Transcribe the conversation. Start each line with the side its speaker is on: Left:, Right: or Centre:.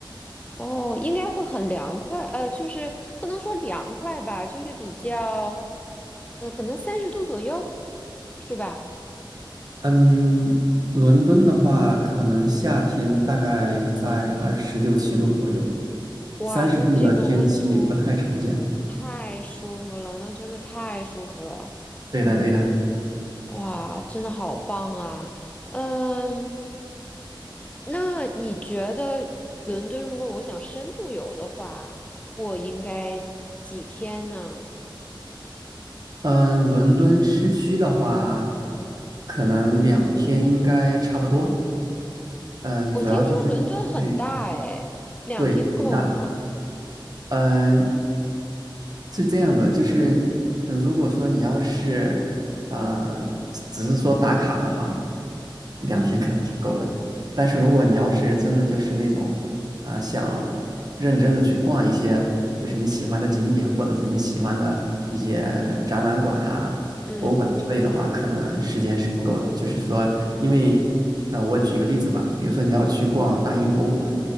Left: 哦，应该会很凉快，呃，就是不能说凉快吧，就是比较，呃，可能三十度左右，是吧？
Right: 嗯，伦敦的话，可能夏天大概在二十六七度左右，
Left: 哇，
Right: 三十度的天气不太常见。
Left: 那这个温度太舒服了，那真的太舒服了，
Right: 对的，对的。
Left: 哇，真的好棒啊，嗯，那你觉得伦敦如果我想深度游的话，我应该几天呢？
Right: 嗯，伦敦市区的话，可能两天应该差不多。嗯，
Left: 我听说伦敦很大诶，
Right: 主要就是去，
Left: 两天够吗？
Right: 对，很大。嗯，是这样的，就是，嗯，如果说你要是，呃，只是说打卡的话，两天肯定是够的。
Left: 嗯
Right: 但是如果你要是真的就是那种，呃，想认真的去逛一些就是你喜欢的景点，或者是你喜欢的一些展览馆呀、
Left: 嗯
Right: 博物馆之类的话，可能时间是不够的。就是说，因为，呃，我举一个例子吧，比如说你要去逛大英博物馆，